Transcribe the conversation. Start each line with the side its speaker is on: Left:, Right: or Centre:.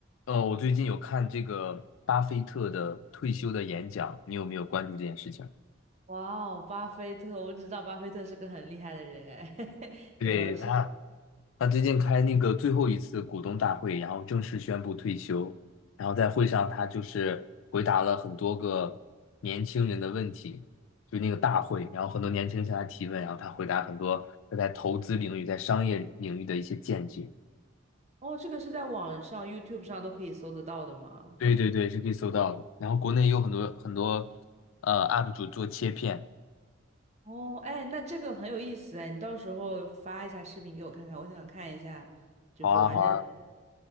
Left: 呃，我最近有看这个巴菲特的退休的演讲，你有没有关注这件事情？
Right: 哇哦，巴菲特，我只知道巴菲特是个很厉害的人哎，<laughs>
Left: 对，
Right: 有没有是？
Left: 他，他最近开那个最后一次股东大会，然后正式宣布退休。然后在会上，他就是回答了很多个年轻人的问题，就那个大会，然后很多年轻人向他提问，然后他回答很多他在投资领域、在商业领域的一些见解。
Right: 哦，这个是在网上 YouTube 上都可以搜得到的吗？
Left: 对对对，是可以搜到的。然后国内也有很多很多呃 UP 主做切片。
Right: 哦，哎，那这个很有意思哎，你到时候发一下视频给我看看，我想看一下，就是完整的。
Left: 好啊，好啊，